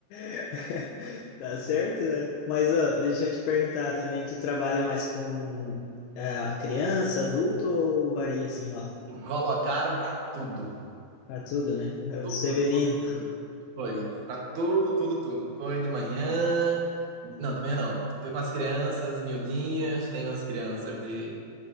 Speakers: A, on the left; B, on the right.
A: <laughs> Tá certo, né? Mas ó, deixa eu te perguntar também, tu trabalha mais com ah, criança, adulto ou varia assim lá?
B: Colocaram pra tudo.
A: Pra tudo, né? É
B: Tudo,
A: o Severino.
B: tudo, tudo. Foi. Pra tudo, tudo, tudo. Foi de manhã. Não, de manhã não. Foi com as crianças miudinhas. Tem umas crianças de